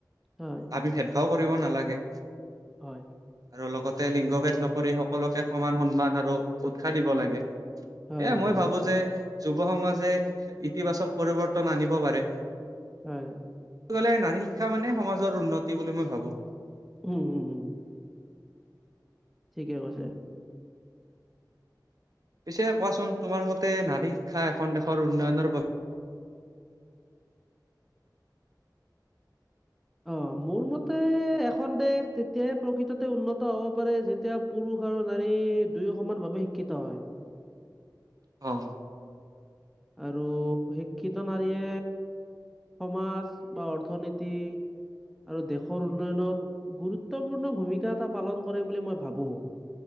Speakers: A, in the centre; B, on the right.
A: হয়।
B: আমি ভেদ ভাও কৰিব নালাগে।
A: হয়।
B: আৰু লগতে লিংগ ভেদ নকৰি সকলোকে সমান সন্মান আৰু উৎসাহ দিব লাগে।
A: হয়,
B: এ
A: হয়,
B: মই
A: হয়,
B: ভাবো যে যুৱ সমাজে ইতিবাচক পৰিৱৰ্তন আনিব পাৰে।
A: হয়।
B: এটো নাৰী শিক্ষা মানে সমাজৰ উন্নতি বুলি মই ভাবো।
A: উম উম উম। ঠিকে কৈছে।
B: পিছে কোৱাচোন তোমাৰ মতে নাৰী শিক্ষা এখন দেশৰ উন্নয়নৰ বাবে।
A: অ মোৰ মতে এখন দেশ তেতিয়াই প্ৰকৃততে উন্নত। ত হ'ব পাৰে যেতিয়া পুৰুষ আৰু নাৰী দুয়ো সমান ভাৱে শিক্ষিত হয়।
B: অহ।
A: আৰু শিক্ষিত নাৰীয়ে। সমাজ বা অৰ্থনীতি। আৰু দেশৰ উন্নয়নত গুৰুত্বপূৰ্ণ ভূমিকা এটা পালন কৰে বুলি মই ভাবো।